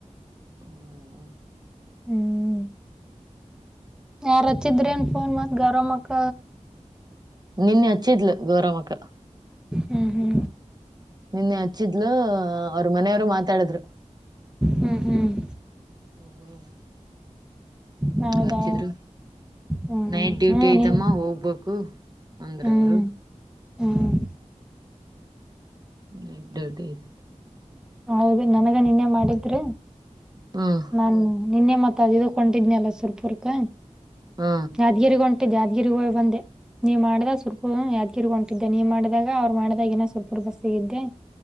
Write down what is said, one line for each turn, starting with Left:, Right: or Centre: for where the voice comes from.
Right: ಹ್ಮ್
Centre: ಹ್ಮ್ ಯಾರ್ ಹಾಚಿದ್ರೇನ್ ಫೋನ್ ಮತ್ ಗಾರಮಕ್ಕ
Right: ನಿನ್ನೆ ಹಚ್ಚಿದ್ಲು ಗೌರಮಕ್ಕ
Centre: ಹಾ ಹಾ
Right: ನಿನ್ನೆ ಹಚ್ಚಿದ್ಲು ಅವ್ರ ಮನೆಯವರು ಮಾತಾಡಿದ್ರು
Centre: ಹ್ಮ್ ಹ್ಮ್
Right: ಹ್ಮ್
Centre: ಹೌದಾ
Right: ಅವರು ಹಚ್ಚಿದ್ರು
Centre: ಹ್ಮ್
Right: ನೈಟ್ ಡ್ಯೂಟಿ
Centre: ಹ್ಮ್
Right: ಐತಮ್ಮ
Centre: ನೀನ್
Right: ಹೋಗ್ಬೇಕು ಅಂದ್ರವರು
Centre: ಹ್ಮ್ ಹ್ಮ್
Right: ನೈಟ್ ಡ್ಯೂಟಿ ಇದೆ
Centre: ಹೌದು ನನಗ ನಿನ್ನೆ ಮಾಡಿದ್ರೆ
Right: ಹ್ಮ
Centre: ನಾನು ನಿನ್ನೆ ಮತ್ತ ಇದುಕ್ಕೆ ಹೊಂಟಿದಿದ್ನಲ್ಲ ಸುರಪುರ್ಕ
Right: ಹಾ
Centre: ಯಾದ್ಗಿರಿಗ ಹೊಂಟಿದ್ದ್ ಯಾದ್ಗಿರಿ ಹೋಗಿ ಬಂದೆ ನೀವ್ ಮಾಡ್ದಾಗ ಸುರ್ಪು ಯಾದ್ಗಿರಿಗ ಹೊಂಟಿದ್ದೆ ನೀ ಮಾಡಿದಾಗ ಅವ್ ಮಾಡ್ದಾಗ ಇನ್ನ ಸುರ್ಪುರ ಬಸ್ಸಿಗಿದ್ದೆ